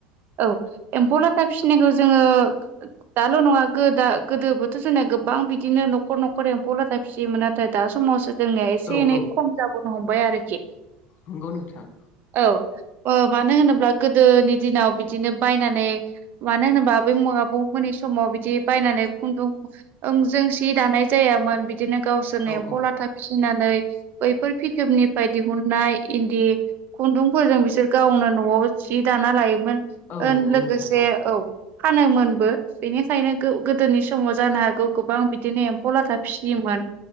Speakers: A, on the right; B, on the left.
A: औ एम्फौ लाथा फिसिनायखौ जोङो दाल' नङा गो दा गोदो बोथोथ' जोंना गोबां बि दिनो नखर नखर एम्फौ लाथा फिसियोमोन नाथाय दा समावसो जोंनिया एसे
B: औ
A: एनै
B: औ
A: खम जा बोनो हमबाय आरोखि।
B: नंगौ नोंथां।
A: औ ओ मानो होनोब्ला गोदोनि दिनाव बिदिनो बायनानै मानो होनोबा आबै आबौमोननि समाव बिदि बायनानै खुन्दुं ओं जों सि दानाय जायामोन बिदिनो गावसोरनो
B: औ
A: एम्फौ
B: औ
A: लाथा फिसिनानै बैफोर फिथोबनिफ्राय दिहुननाय इन्दि खुन्दुंफोरजों बिसोर गावनो न'आव जि दाना लायोमोन
B: औ
A: ओ
B: नंगौ
A: लोगोसे
B: नोंथां
A: औ। फानोमोनबो बेनिखायनो गो-गोदोनि समाव जानो हागौ गोबां बिदिनो एम्फौ लाथा फिसियोमोन